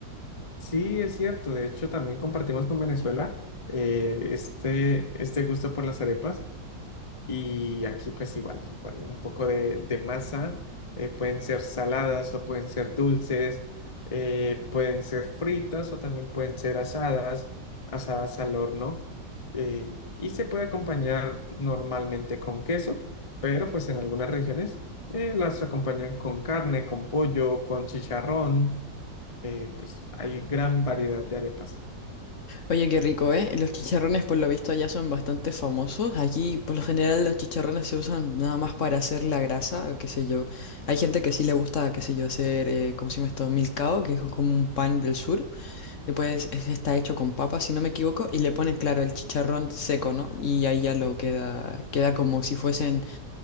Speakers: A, on the left; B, on the left.
A: sí, es cierto, de hecho también compartimos con Venezuela eh, este, este gusto por las arepas. Y aquí pues igual, igual un poco de, de masa, eh, pueden ser saladas o pueden ser dulces, eh, pueden ser fritas o también pueden ser asadas, asadas al horno. eh, y se puede acompañar normalmente con queso, pero pues en algunas regiones eh, las acompañan con carne, con pollo, con chicharrón, eh, pues hay gran variedad de arepas.
B: Oye, qué rico, ¿eh? Los chicharrones por lo visto allá son bastante famosos. Aquí por lo general los chicharrones se usan nada más para hacer la grasa, o qué sé yo. Hay gente que sí le gusta, qué sé yo, hacer, eh, ¿cómo se llama esto? Milcao, que es como un pan del sur. Después es- está hecho con papa, si no me equivoco, y le ponen, claro, el chicharrón seco, ¿no? Y ahí ya lo queda, queda como si fuesen,